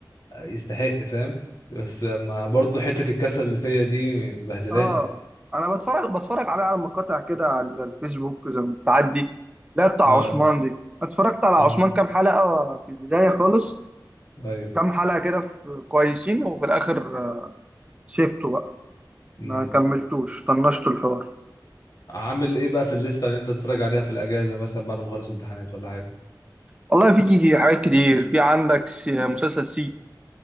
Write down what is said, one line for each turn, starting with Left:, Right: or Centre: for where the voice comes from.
Left: يستحق فاهم بس ما برضه حتة الكسل اللي فيا دي مبهدلاني
Right: اه انا بتفرج بتفرج عليه على مقاطع كده على الفيسبوك زي ما بتعدي لا بتاع
Left: اه
Right: عثمان دي اتفرجت على عثمان
Left: امم
Right: كام حلقه في البدايه خالص
Left: ايوه
Right: كام حلقه كده في- كويسين وفي الاخر آه، سيبته بقى
Left: امم
Right: ما كملتوش طنشت الحوار
Left: عامل ايه بقى في الليسته اللي انت تتفرج عليها في الاجازه مثلا بعد ما اخلص امتحانات ولا حاجه
Right: والله في حاجات كتير في عندك س- مسلسل سي